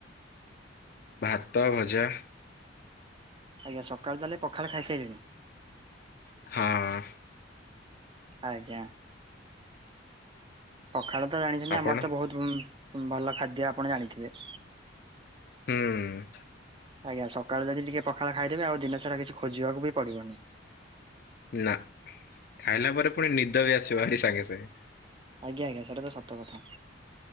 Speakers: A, on the left; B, on the right.
A: ଭାତ, ଭଜା।
B: ଆଜ୍ଞା, ସକାଳେ ତାହେଲେ ପଖାଳ ଖାଇ ସାଇଲେଣି?
A: ହଁ।
B: ଆଜ୍ଞା। ପଖାଳ ତ ଜାଣିଚନ୍ତି,
A: ଆପଣ
B: ଆମର ତ ବହୁତ ଉ ଭଲ ଖାଦ୍ୟ ଆପଣ ଜାଣିଥିବେ?
A: ହୁଁ।
B: ଆଜ୍ଞା, ସକାଳେ ଯଦି ଟିକେ ପଖାଳ ଖାଇଦେବେ, ଆଉ ଦିନ ସାରା କିଛି ଖୋଜିବାକୁ ବି ପଡିବନି।
A: ନା, ଖାଇଲା ପରେ ପୁଣି ନିଦ ବି ଆସିବ ଭାରି ସାଙ୍ଗେ ସାଙ୍ଗେ।
B: ଆଜ୍ଞା ଆଜ୍ଞା ସେଟା ତ ସତ କଥା।